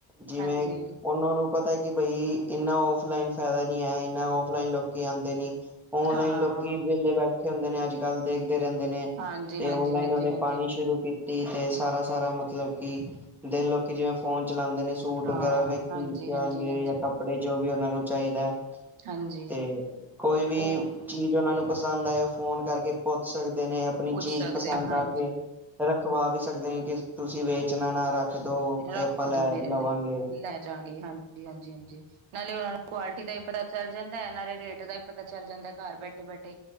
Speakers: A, in the centre; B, on the right (about 80°).
A: ਜਿਵੇਂ
B: ਹਾਂਜੀ
A: ਉਹਨਾਂ ਨੂੰ ਪਤਾ ਕਿ ਬਈ ਇੰਨਾ ਔਫਲਾਈਨ ਫਾਇਦਾ ਨੀ ਹੈ ਇਨਾ ਔਫਲਾਈਨ ਲੋਕੀ ਆਂਦੇ ਨਹੀਂ। ਔਨਲਾਈਨ
B: ਹਾਂ
A: ਲੋਕੀ ਵੇਲੇ ਬੈਠ ਕਹਿੰਦੇ ਨੇ ਅੱਜ- ਕੱਲ੍ਹ ਦੇਖਦੇ ਰਹਿੰਦੇ ਨੇ
B: ਹਾਂਜੀ
A: ਤੇ
B: ਹਾਂਜੀ
A: ਓਨਲਾਈਨ
B: ਹਾਂਜੀ
A: ਉਹਨੇ
B: ਹਾਂਜੀ
A: ਪਾਣੀ ਸ਼ੁਰੂ ਕੀਤ ਤੇ-ਤੇ ਸਾਰਾ-ਸਾਰਾ ਮਤਲਬ ਕੀ ਦਿਨ ਲੋਕੀ ਜਿਵੇਂ ਫੋਨ ਚਲਾਂਦੇ ਨੇ ਸੂਟ
B: ਹਾਂ
A: ਵਗੈਰਾ ਵੀ ਵਿੱਕ
B: ਹਾਂਜੀ
A: ਜਾਣਗੇ
B: ਹਾਂਜੀ ਹਾਂਜੀ
A: ਜਾਂ ਕੱਪੜੇ, ਜੋ ਵੀ ਉਹਨਾ ਨੂੰ ਚਾਹੀਦੈ।
B: ਹਾਂਜੀ
A: ਤੇ ਕੋਈ ਵੀ
B: ਉਹ
A: ਚੀਜ਼ ਜੋ ਉਹਨਾਂ ਨੂੰ ਪਸੰਦ ਆਏ ਉਹ ਫੋਨ ਕਰਕੇ ਪੁੱਛ ਸਕਦੇ ਨੇ ਆਪਣੀ
B: ਪੁੱਛ
A: ਚੀਜ਼
B: ਸਕਦੇ
A: ਪਸੰਦ
B: ਹਾਂਜੀ
A: ਆ ਕੇ ਰਖਵਾ ਵੀ ਸਕਦੇ ਨੇ ਜੇ ਤੁਸੀਂ ਵੇਚਣਾ ਨਾ ਰੱਖ ਦੋ
B: ਰੱਖ
A: ਤੇ ਆਪਾਂ ਲੈ
B: ਦੋ ਮੇਰੇ
A: ਲਵਾਂਗੇ।
B: ਲਈ, ਲੈ ਜਾਂਗੇ ਹਾਂਜੀ, ਹਾਂਜੀ, ਹਾਂਜੀ। ਨਾਲੇ ਉਹਨਾਂ ਨੂੰ ਕੁਆਲਿਟੀ ਦਾ ਈ ਪਤਾ ਚੱਲ ਜਾਂਦਾ ਨਾਲੇ ਰੇਟ ਦਾ ਈ ਪਤਾ ਚੱਲ ਜਾਂਦਾ ਘਰ ਬੈਠੇ-ਬੈਠੇ